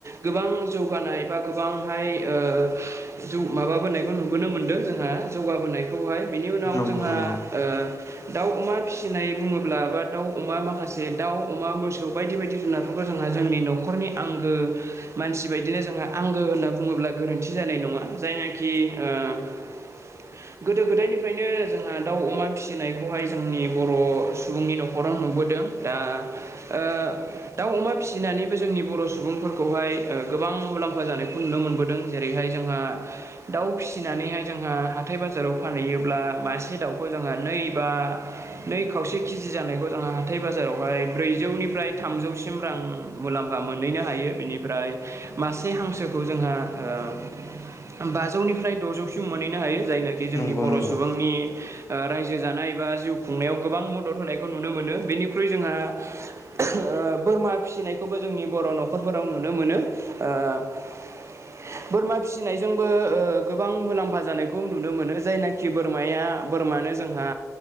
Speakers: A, on the right; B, on the left.
A: गोबां जौगानाय बा गोबांहाय ओ ओ जौ माबाबोनायखौ नुबोनो मोनदों जोंहा जौगाबोनायखौहाय। बिनि उनाव
B: नंगौ
A: जोंहा
B: नंगौ
A: ओ दाउ अमा फिसिनाय बुङोब्ला बा दाउ अमा माखासे दाउ अमा मोसौ बायदि बायदि जुनार खौबो जोंहा जोंनि न'खरनि आंगो मानसि बायदिनो जोंहा आंगो होनना बुङोब्ला गोरोन्थि जानाय न ङा जायनाखि ओ गोदो गोदायनिफ्रायनो जों हा दाउ अमा फिसिनायखौहाय जोंनि बर' सुबुंनि न'खराव नुबोदों। दा ओ आ दाउ अमा फिसिनानैबो जोंनि बर' सुबुंफोरखौहाय ओ गोबां मुलाम्फा जानायखौ नुनो मोनबो दों। जेरैहाय जोंहा दाउ फिसिनानैहाय जोंहा हाथाय बाजाराव फानहैयोब्ला मासे दाउखौ जोंहा नै बा नै खावसे केजि जानायखौ जोंहा हाथाय बाजारावहाय ब्रैजौनिफ्रा य थामजौसिम रां मुलाम्फा मोनहैनो हायो बिनिफ्राय मासे हांसोखौ जोंहा ओ बाजौनिफ्राय द'जौसिम मोनहैनो हायो जायनाखि जोंनि
B: नंगौ
A: बर'
B: नंगौ
A: सुबुंनि ओ रायजो जानाय बा जिउ खुंनायाव गोबां मदद होनायखौ नुनो मोनो बेनिख्रुइ जोंहा <unintelligible> ओ बोरमा फिसिनायखौबो जोंनि बर' न'खरफोराव नुनो मोनो ओ <inaudible> बोरमा फिसिनायजोंबो ओ गोबां मुलाम्फा जानायखौ नुनो मोनो जायनाखि बोरमाया बोरमानो जोंहा